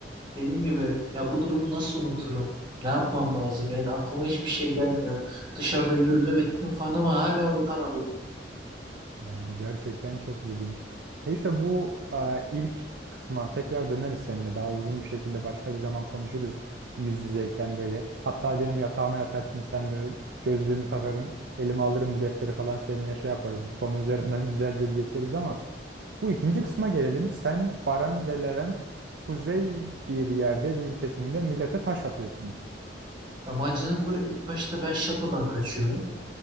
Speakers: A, on the right; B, on the right.
A: dediğim gibi ya bu durumu nasıl unuturum? Ne yapmam lazım? Yani aklıma hiçbir şey gelmiyor. Dışarıda yürüdüm ettim falan ama hala unutamadım.
B: Yani gerçekten çok ilginç. Neyse bu e, ilk kısma tekrar döneriz seninle. Daha uzun bir şekilde başka bir zaman konuşuruz yüz yüzeyken böyle. Hatta benim yatağıma yatarsın sen böyle gözlüğümü takarım, elime alırım bir defteri falan seninle şey yaparız. Bu konu üzerinden <laughs> güzelce bir geçeriz ama bu ikinci kısma gelelim. Sen, Baran ve Levent kuzey bir yerde bir kesimde millete taş atıyorsunuz.
A: Yabancılıkla ilk başta ben şatodan kaçıyorum.